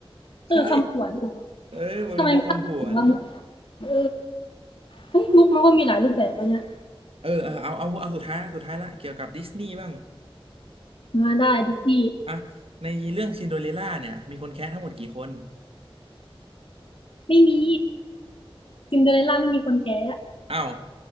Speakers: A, on the left; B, on the right.
A: เออคำขวัญเออ
B: ใช่เออมันเป็นมุกคำผวน
A: ทำไมภาคของเรามุกเออเฮ้ยมุกมันก็มีหลายรูปแบบวะเนี่ย
B: เออเออเอาเอาเอาสุดท้ายละสุดท้ายละเกี่ยวกับดิสนีย์บ้าง
A: มาได้ดิสนีย์
B: อ่ะในเรื่องซินโดเรลล่าเนี่ยมีคนแค้ทั้งหมดกี่คน
A: ไม่มีซินเดอเรลล่าไม่มีคนแท้
B: อ้าว